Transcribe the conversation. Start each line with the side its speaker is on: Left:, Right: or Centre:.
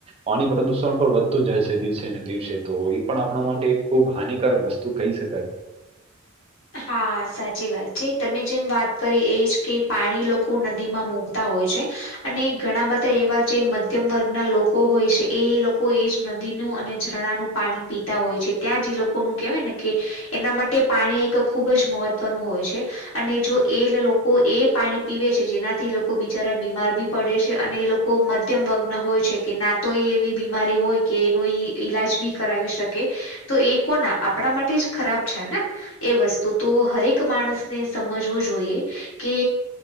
Right: પાણી પ્રદુષણ પણ વધતું જાય છે દિવસે ને દિવસે તો એ પણ આપણા માટે એક ખૂબ હાનિકારક વસ્તુ તુ કહી શકાય.
Left: હા સાચી વાત છે તમે જેમ વાત કરી એજ કે પાણી લોકો નદીમાં મુકતા હોય છે. અને ઘણા બધા એવા જે મધ્યમ વર્ગના લોકો હોય છે, એ લોકો એ જ નદીનું અને ઝણાનું. પાણી પીતા હોય છે ત્યાં જે એ લોકો ને કેહેવાય ને કે એના માટે પાણી એક ખૂબ જ મહત્વનું હોય છે અને જો એ લોકો એ પાણી પીવે છે જેનાથી લોકો બિચારા બીમાર બી પડે છે અને એ લોકો મધ્યમ વર્ગના હોય છે કે ના તોય એવી બીમારી હોય કે એનું ઈલાજ બી કરાવી શકે તો એ કોના આપણા માટે જ ખરાબ છે ને. એ વસ્તુ તો હરેક માણસને સમજવું જોઈએ કે